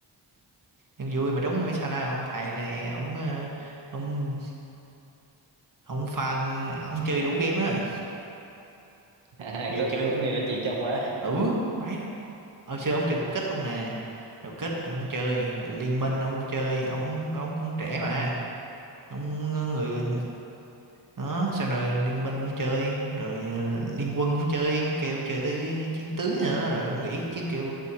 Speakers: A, on the right; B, on the right.
A: nhưng vui mà trúng hay sao nào ông thầy này ông ờ, ông ông phan ông chơi đủ game á
B: <laughs> à,
A: vừa
B: có
A: chơi
B: có người nói chuyện trong quá
A: ừ phải hồi xưa ông chơi đủ kích luôn nè đủ kích ông cũng chơi rồi liên minh ông cũng chơi ông ông cũng trẻ mà ông người đó sau này liên minh cũng chơi rồi ờ, liên quân cũng chơi ông kêu ông chơi tới chiến tướng nữa rồi ông nghĩ chứ kêu